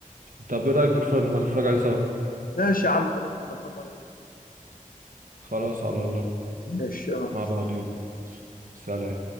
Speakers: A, on the right; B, on the left.
A: طب ايه رايك نتفرج نبقى نتفرج عليه سوا
B: ماشي يا عم خلاص نظبطها من
A: خلاص على الله
B: ماشي اه
A: مع بعضين سلام